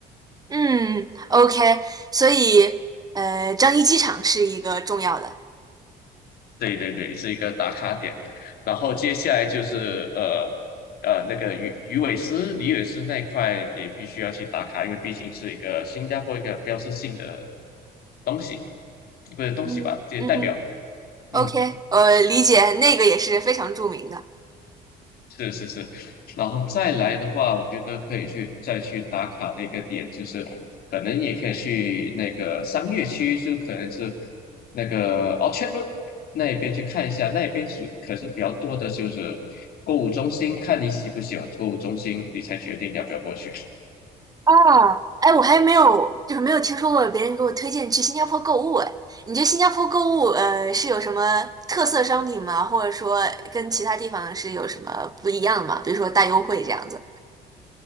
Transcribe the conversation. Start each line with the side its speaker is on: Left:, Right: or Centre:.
Right: 嗯，OK，所以呃，樟宜机场是一个重要的。
Left: 对对对，是一个打卡点。然后接下来就是呃呃那个鱼鱼尾狮、鱼尾狮那一块也必须要去打卡，因为毕竟是一个新加坡一个标志性的东西，不是东西吧，
Right: 嗯嗯哼
Left: 就代表。嗯。
Right: ，OK，呃，理解，那个也是非常著名的
Left: 是是是，然后再来的话，我觉得可以去再去打卡的一个点，就是可能也可以去那个商业区，就可能是那个 o r c a r d r o a 那一边去看一下，那一边是可是比较多的就是购物中心，看你喜不喜欢购物中心，你才决定要不要过去。
Right: 啊。哎，我还没有，就是没有听说过别人给我推荐去新加坡购物。哎，你觉得新加坡购物，呃，是有什么特色商品吗？或者说跟其他地方是有什么不一样吗？比如说大优惠这样子